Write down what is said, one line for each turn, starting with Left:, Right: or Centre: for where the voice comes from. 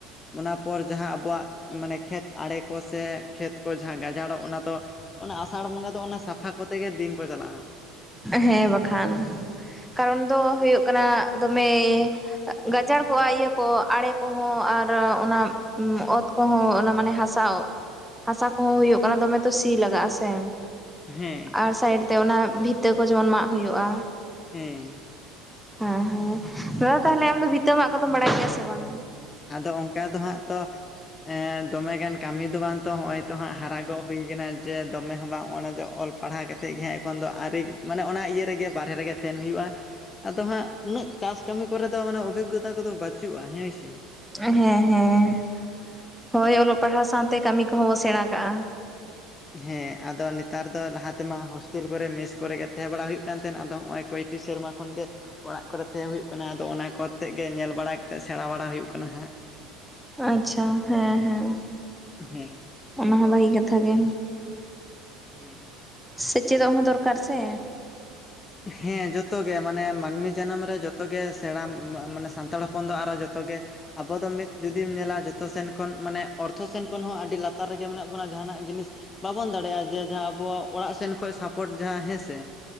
Left: ᱚᱱᱟ ᱯᱚᱨ ᱡᱟᱦᱟᱸ ᱟᱵᱚᱣᱟᱜ ᱢᱟᱱᱮ ᱠᱷᱮᱛ ᱟᱲᱮ ᱠᱚ ᱥᱮ ᱠᱷᱮᱛ ᱠᱚ ᱡᱟᱦᱟᱸ ᱜᱟᱡᱟᱲᱚᱜ ᱚᱱᱟ ᱫᱚ ᱚᱱᱟ ᱟᱥᱟᱲ ᱵᱚᱸᱜᱟ ᱫᱚ ᱚᱱᱟ ᱥᱟᱯᱷᱟ ᱠᱚᱛᱮ ᱜᱮ ᱫᱤᱱ ᱠᱚ ᱪᱟᱞᱟᱜᱼᱟ᱾
Centre: ᱦᱮᱸ ᱵᱟᱠᱷᱟᱱ, ᱠᱟᱨᱚᱱ ᱫᱚ ᱦᱳᱭᱳᱜ ᱠᱟᱱᱟ ᱫᱚᱢᱮᱭ ᱟᱜ ᱜᱟᱡᱟᱲ ᱠᱚᱜᱼᱟ ᱤᱭᱟᱹ ᱠᱚ ᱟᱲᱮ ᱠᱚᱦᱚᱸ ᱟᱨ ᱚᱱᱟ ᱩᱸ ᱚᱛ ᱠᱚᱦᱚᱸ ᱚᱱᱟ ᱢᱟᱱᱮ ᱦᱟᱥᱟ ᱦᱟᱥᱟ ᱠᱚᱦᱚᱸ ᱦᱳᱭᱳᱜ ᱠᱟᱱᱟ, ᱫᱚᱢᱮ ᱛᱚ ᱥᱤ ᱞᱟᱜᱟᱜᱼᱟ ᱥᱮ᱾
Left: ᱦᱮᱸ
Centre: ᱟᱨ ᱥᱟᱭᱤᱰ ᱛᱮ ᱚᱱᱟ ᱵᱷᱤᱛᱟᱹ ᱠᱚ ᱡᱮᱢᱚᱱ ᱢᱟᱜ ᱦᱩᱭᱩᱜᱼᱟ᱾
Left: ᱦᱮᱸᱻ᱾
Centre: ᱚᱸ ᱦᱮᱸ ᱫᱟᱫᱟ ᱛᱟᱦᱚᱞᱮ
Left: ᱟᱫᱚ
Centre: ᱟᱢ ᱫᱚ ᱵᱷᱤᱛᱟᱹ ᱢᱟᱜ ᱠᱚᱫᱚᱢ ᱵᱟᱲᱟᱭ ᱜᱮᱭᱟ ᱥᱮ ᱵᱟᱝ?
Left: ᱟᱫᱚ ᱚᱱᱠᱟ ᱫᱚ ᱦᱟᱸᱜ ᱛᱚ ᱮᱸ ᱫᱚᱢᱮ ᱜᱟᱱ ᱠᱟᱹᱢᱤ ᱫᱚ ᱵᱟᱝ ᱛᱚ ᱦᱚᱸᱜᱼᱚᱭ ᱛᱚ ᱦᱟᱸᱜ ᱦᱟᱨᱟ ᱜᱚᱜ ᱦᱩᱭ ᱠᱟᱱᱟ ᱡᱮ ᱫᱚᱢᱮ ᱦᱚᱸ ᱵᱟᱝ ᱚᱱᱟ ᱫᱚ ᱚᱞ ᱯᱟᱲᱦᱟᱣ ᱠᱟᱛᱮᱜ ᱜᱮ ᱦᱟᱸᱜ ᱛᱚᱠᱷᱚᱱ ᱫᱚ ᱟᱹᱣᱨᱤ, ᱢᱟᱱᱮ ᱚᱱᱟ ᱤᱭᱟᱹ ᱨᱮᱜᱮ ᱵᱟᱨᱦᱮ ᱨᱮᱜᱮ ᱛᱮᱱ ᱦᱩᱭᱩᱜᱼᱟ, ᱟᱫᱚ ᱦᱟᱸᱜ ᱩᱱᱟᱹᱜ ᱪᱟᱥ ᱠᱟᱹᱢᱤ ᱠᱚᱨᱮ ᱫᱚ ᱢᱟᱱᱮ ᱚᱵᱷᱤᱜᱜᱚᱛᱟ ᱠᱚᱫᱚ ᱵᱟᱹᱪᱩᱜᱼᱟ ᱦᱮᱸ ᱥᱮ᱾
Centre: ᱦᱮᱸ ᱦᱮᱸ, ᱦᱳᱭ ᱚᱞᱚᱜ ᱯᱟᱲᱦᱟᱣ ᱥᱟᱶᱛᱮ ᱠᱟᱹᱢᱤ ᱠᱚᱦᱚᱸ ᱵᱚ ᱥᱮᱬᱟ ᱠᱟᱜᱼᱟ᱾
Left: ᱦᱮᱸ ᱟᱫᱚ ᱱᱮᱛᱟᱨ ᱫᱚ ᱞᱟᱦᱟ ᱛᱮᱢᱟ ᱦᱳᱥᱴᱮᱞ ᱠᱚᱨᱮ ᱢᱮᱥ ᱠᱚᱨᱮ ᱜᱮ ᱛᱟᱦᱮᱸ ᱵᱟᱲᱟ ᱦᱩᱭᱩᱜ ᱠᱟᱱ ᱛᱟᱦᱮᱸᱱ ᱟᱫᱚ ᱦᱚᱸᱜᱼᱚᱭ ᱠᱚᱭᱴᱤ ᱥᱮᱨᱢᱟ ᱠᱷᱚᱱ ᱜᱮ ᱚᱲᱟᱜ ᱠᱚᱨᱮ ᱛᱮᱦᱮ ᱦᱩᱭᱩᱜ ᱠᱟᱱᱟ ᱟᱫᱚ ᱚᱱᱟ ᱠᱚᱛᱮᱜ ᱜᱮ ᱧᱮᱞ ᱵᱟᱲᱟᱭ ᱠᱟᱛᱮᱜ ᱥᱮᱬᱟᱸ ᱵᱟᱲᱟ ᱦᱩᱭᱩᱜ ᱠᱟᱱᱟ ᱦᱟᱸᱜ᱾
Centre: ᱟᱪᱪᱷᱟ ᱦᱮᱸ ᱦᱮᱸ᱾
Left: ᱦᱮᱸ᱾
Centre: ᱚᱱᱟ ᱦᱚᱸ ᱵᱷᱟᱹᱜᱤ ᱠᱟᱛᱷᱟ ᱜᱮ᱾
Left: ᱦᱮᱸ᱾
Centre: ᱥᱮᱪᱮᱫᱚᱜ ᱦᱚᱸ ᱫᱚᱨᱠᱟᱨ ᱥᱮ᱾
Left: ᱦᱮᱸ ᱡᱚᱛᱚ ᱜᱮ ᱢᱟᱱᱮ ᱢᱟᱹᱱᱢᱤ ᱡᱟᱱᱟᱢ ᱨᱮ ᱡᱚᱛᱚ ᱜᱮ ᱥᱮᱬᱟ ᱢᱟ-ᱢᱟᱱᱮ ᱥᱟᱱᱛᱟᱲ ᱦᱚ ᱯᱚᱱ ᱫᱚ ᱟᱨᱚ ᱡᱚᱛᱚ ᱜᱮ ᱟᱵᱚ ᱫᱚ ᱢᱤᱫ ᱡᱩᱫᱤᱢ ᱧᱮᱞᱟ ᱡᱚᱛᱚ ᱥᱮᱱ ᱠᱷᱚᱱ ᱢᱟᱱᱮ ᱚᱨᱛᱷᱚ ᱥᱮᱱ ᱠᱷᱚᱱ ᱦᱚᱸ ᱟᱹᱰᱤ ᱞᱟᱛ ᱛᱟᱨ ᱨᱮᱜᱮ ᱢᱮᱱᱟᱜ ᱵᱚᱱᱟ ᱡᱟᱦᱟᱱᱟᱜ ᱡᱤᱱᱤᱥ ᱵᱟᱵᱚᱱ ᱫᱟᱲᱮᱭᱟᱜᱼᱟ ᱡᱮ ᱡᱟᱦᱟᱸ ᱟᱵᱚᱣᱟᱜ ᱚᱲᱟᱜ ᱥᱮᱱ ᱠᱷᱚᱱ ᱥᱟᱯᱳᱴ ᱡᱟᱦᱟᱸ ᱦᱮᱸᱥᱮ᱾